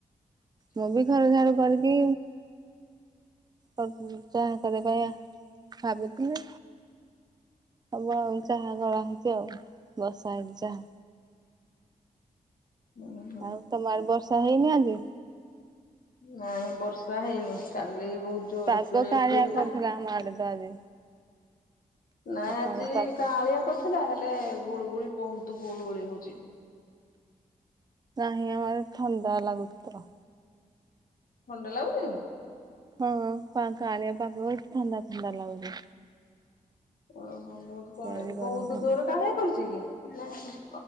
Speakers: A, on the right (about 30°); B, on the left (about 75°).
A: ମୁଁ ବି ଘର ଝାଡୁ କରିକି ଚାହା କରିବା ପାଇଁ ଭାବୁଥିଲି ହବ ଆଉ ଚାହା କଳା ହେଇଛି ଆଉ ବର୍ଷା ହେଇଛି ଚାହା।
B: ଉଁ ହୁଁ
A: ଆଉ ତମର ବର୍ଷା ହେଇନି ଆଜି।
B: ନାଇଁ ବର୍ଷା ହେଇନି କାଲି। ବହୁତ ଜୋରରେ
A: ପାଗ କାଳିଆ
B: ଉଠେଇଥିଲା
A: କରିଥିଲା ଆମ ଆଡେ ତ ଆଜି
B: ନାଇ
A: ସକାଳୁ
B: ଆଜି
A: ପାଗ।
B: କାଳିଆ କରିଥିଲା ହେଲା। ଲେ ଗୁଳୁ ଗୁଳି ବହୁତ ଗୋଳୁ ଗୋଳି ହଉଛି।
A: ନାହିଁ ଆମର ଥଣ୍ଡା ଲାଗୁଚିତ
B: ଥଣ୍ଡା ଲାଗୁଚି।
A: ହଁ ପା ଆଣ। ପା ବହୁ ଥଣ୍ଡା ଥଣ୍ଡା ଲାଗୁଚି।
B: ଓହୋ ବହୁତ କଣଆ
A: ଆଜି ଗରମ
B: ବହୁତ
A: ହଉନି।
B: ଜୋର କାଳିଆ କରିଛି କି। ନାଇଁମ।